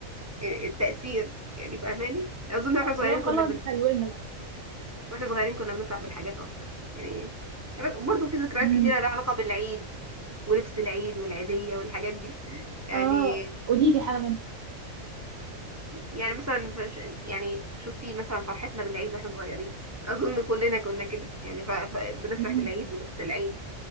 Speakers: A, on the right; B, on the right.
A: آه، التأثير يعني فاهماني أظن واحنا صغيرين
B: لو خلاص
A: كنا بن
B: احنا كبرنا بقى
A: واحنا صغيرين كنا بنفرح بالحاجات اكتر يعني برضه في ذكريات
B: امم
A: كتيرة لها علاقة بالعيد ولبس العيد والعيدية والحاجات دي يعني
B: اه قولي لي حاجه منها
A: يعني مثلا فش- يعني شفتي مثلا فرحتنا بالعيد واحنا صغيرين اظن كلنا كنا كده يعني ف... ف... بنفرح
B: امم
A: بالعيد ولبس العيد